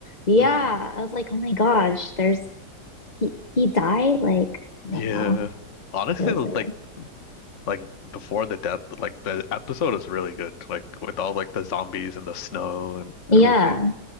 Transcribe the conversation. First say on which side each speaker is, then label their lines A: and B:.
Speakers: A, on the left; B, on the left.
A: Yeah,
B: hmm
A: I was like, oh my gosh, there's he he died. Like I
B: Yeah.
A: don't know,
B: Honestly,
A: it was
B: like
A: weird.
B: like before the death, like the episode is really good. Like with all like the zombies and the snow and
A: Yeah,
B: everything.